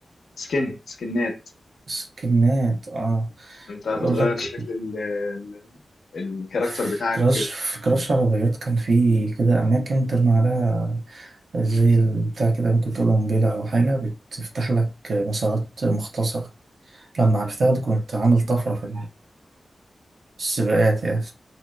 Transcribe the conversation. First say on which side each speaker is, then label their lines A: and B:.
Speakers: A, on the left; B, on the right.
A: سكن سكنات
B: سكيلنات اه
A: انت بتغير
B: اقول لك
A: شكل ال ال- الكاركتر
B: في
A: بتاعك
B: كراش
A: وكده
B: في كراش عربيات كان في كده اماكن ترمي عليها زي بتاع كده ممكن تقول قنبلة او حاجة بتفتح لك مسارات مختصرة لما عرفتها دي كنت عامل طفرة في السباقات يعني